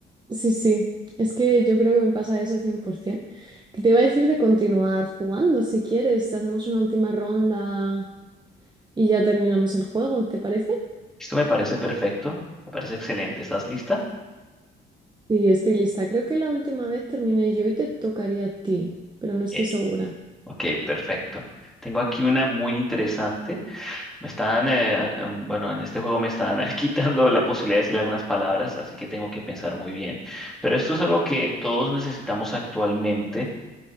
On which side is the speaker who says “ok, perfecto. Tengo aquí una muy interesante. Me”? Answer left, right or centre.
Centre